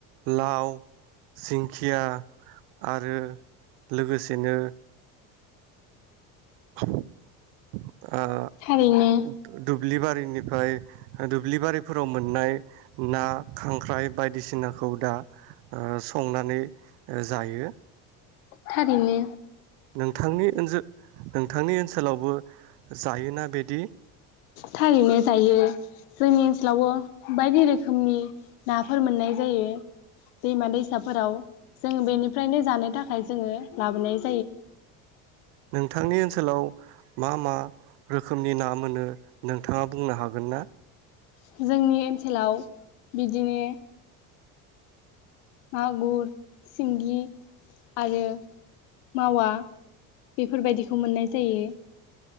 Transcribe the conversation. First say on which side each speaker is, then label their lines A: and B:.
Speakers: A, on the right; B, on the left.
A: लाव जिंखिया आरो लोगोसेनो <inaudible> आ
B: थारैनो
A: दुब दुब्लि बारिनिफ्राय दुब्लि बारिफोराव मोननाय ना खांख्राइ बायदिसिनाखौ दा ओ संनानै जायो।
B: थारैनो
A: नोंथांनि ओनसोल नोंथांनि ओनसोलावबो जायोना बिदि।
B: थारैनो जायो जोंनि ओनसोलावबो बायदि रोखोमनि नाफोर मोननाय जायो दैमा दैसाफोराव जों बेनिफ्रायनो जानो थाखाय जोङो लाबोनाय जा
A: नोंथांनि ओनसोलाव मा मा रोखोमनि ना मोनो नोंथाङा बुंनो हागोन ना?
B: जोंनि ओनसोलाव बिदिनो मागुर सिंगि आरो मावा बेफोरबायदिखौ मोननाय जायो।